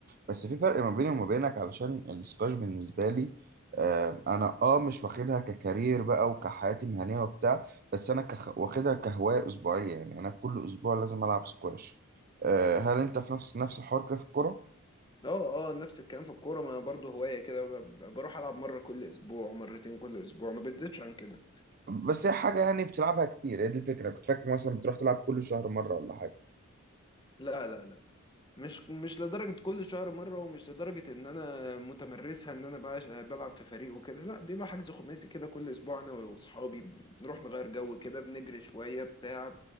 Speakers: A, on the right; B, on the left.
A: بس في فرق ما بيني وما بينك علشان السكواش بالنسبه لي آه انا اه مش واخدها ككارير بقى وكحياتي المهنيه وبتاع بس انا كخ... واخدها كهوايه اسبوعيه يعني انا كل اسبوع لازم العب سكواش آه هل انت في نفس نفس الحوار كده في الكوره
B: اه اه نفس الكلام في الكورة ما برضه هواية كده ب- ب- بروح ألعب مرة كل أسبوع مرتين كل أسبوع ما بتزيدش عن كده
A: بس هي حاجه يعني بتلعبها كتير هي دي الفكره كنت فاكر مثلا بتروح تلعب كل شهر مره ولا حاجه
B: لا لا لا مش مش لدرجة كل شهر مرة ومش لدرجة إن أنا متمرسها إن أنا بعش- بلعب في فريق وكده لا بيبقى حجز خماسي كده كل أسبوع أنا وأصحابي بنروح نغير جو كده بنجري شوية بتاع